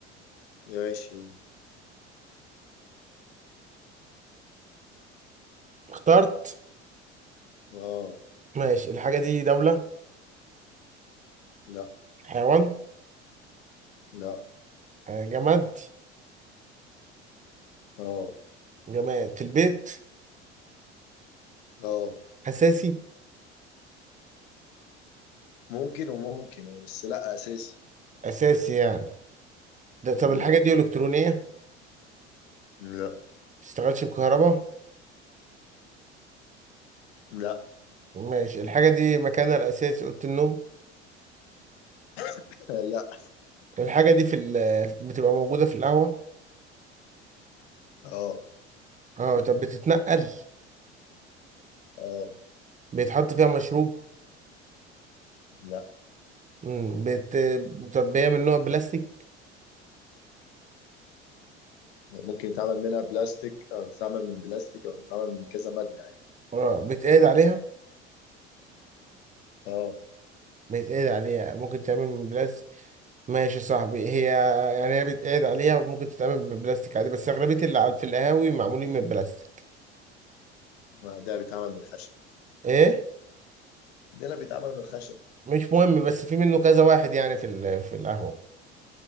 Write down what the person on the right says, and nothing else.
اخترت
ماشي الحاجة دي دولة
حيوان
آه، جماد
جماد في البيت
أساسي
أساسي يعني ده طب
الحاجة دي إلكترونية ما
بتشتغلش بكهرباء
ماشي الحاجة دي مكانها الأساسي أوضة النوم
الحاجة دي في ال... بتبقى موجودة في القهوة
اه طب بتتنقل
بيتحط فيها مشروب
مم. بت... طب هي من نوع بلاستيك
اه بيتقعد عليها
بيتقعد عليها ممكن تعمل من بلاستيك ماشي يا صاحبي هي يعني هي بيتقعد عليها ممكن تتعمل ببلاستيك عادي بس أغلبية اللي على- في القهاوي معمولين من بلاستيك
إيه
مش مهم بس في منه كذا واحد يعني في ال- في القهوة